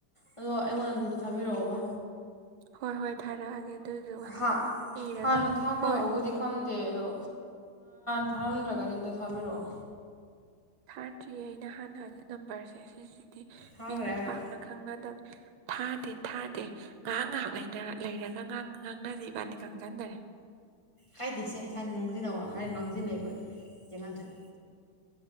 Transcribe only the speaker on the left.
ꯑꯗꯣ ꯑꯩꯉꯣꯟꯗ ꯑꯗꯨꯝꯇ ꯊꯥꯕꯤꯔꯛꯑꯣꯕ
ꯍꯥ
ꯍꯥꯟꯅ ꯊꯥꯈ꯭ꯔꯕꯕꯨꯗꯤ
ꯈꯪꯗꯦ ꯗꯦ ꯑꯗꯣ ꯊꯥꯔꯝꯗ꯭ꯔꯒꯗꯤ ꯑꯝꯇ ꯊꯥꯕꯤꯔꯛꯑꯣ
ꯊꯥꯈ꯭ꯔꯦ
ꯍꯥꯏꯔꯣ
ꯀꯥꯏꯗꯦꯁꯦ ꯍꯥꯏꯅ ꯉꯥꯡꯁꯤꯟꯅꯧ ꯍꯥꯏ ꯉꯥꯡꯁꯤꯟꯅꯩ ꯑꯩꯈꯣꯏ ꯆꯦꯡꯉꯥꯟꯊꯣꯏ